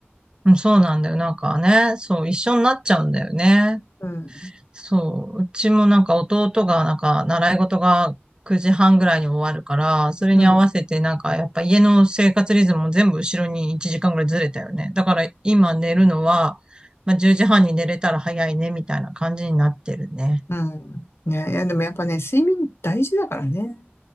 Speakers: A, on the right; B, on the left.
A: うんそうなんだよ。なんかね、そう、一緒になっちゃうんだよね。
B: うん。
A: そう、うちもなんか弟がなんか習い事が9時半ぐらいに終わるから、それに合わせてなんかやっぱ家の生活リズムも全部後ろに1時間ぐらいずれたよね。
B: うん。
A: だから今寝るのは、まあ、10時半に寝れたら早いねみたいな感じになってるね。
B: うん。ね、いや、でもやっぱね、睡眠大事だからね。